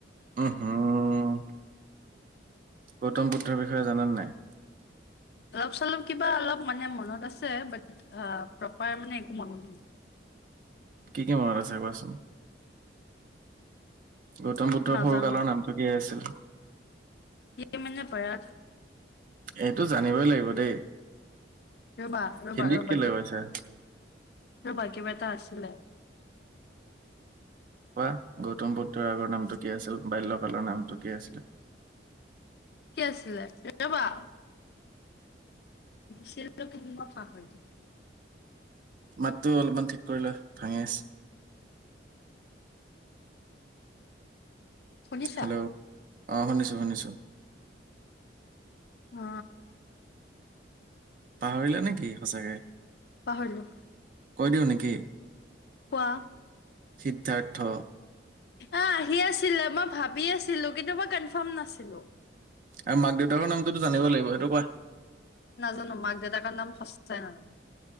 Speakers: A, on the right; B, on the left.
A: উম হম গৌতম বুদ্ধৰ বিষয়ে জানানে নাই।
B: অলপ চলপ কিবা অলপ মানে মনত আছে বাট প্ৰপাৰ মানে একো মনত নাই।
A: কি কি মনত আছে কোৱাচোন। গৌতম বুদ্ধৰ
B: নাজানো,
A: সৰু কালৰ নামটো কি আছিল।
B: ই মানে বৰা
A: এইটো জানিবই লাগিব দেই।
B: ৰবা ৰ'বা
A: হিন্দীত
B: ৰ'বা
A: কেলে কৈছা?
B: ৰবা কিব এটা আছিলে।
A: কোৱা গৌতম বুত্ৰৰ আগৰ নামটো কি আছিল বাল্যকালৰ নামটো কি আছিলে?
B: কি আছিলে ৰবা? ছিল লোকে প?
A: মাতটো অলপমান ঠিক কৰিলে ভাঙি আহছে
B: শুনিছা?
A: হেল্ল' আহ শুনিছো শুনিছো
B: অ
A: পাহৰিলা নেকি সঁচাকে?
B: পাহৰিলো।
A: কৈ দিওঁ নেকি?
B: কোৱা।
A: সিদ্ধাৰ্থ
B: আহ আহি আছিলে মই ভাবি আছিলো কিন্তু মই কনফাৰ্ম নাছিলো
A: আৰু মাক দেউতাকৰ নামটোতো জানিব লাগিব সেইটো কোৱা।
B: নাজানোঁ মাক দেউতাকৰ নাম সঁচাই নাজানোঁ।।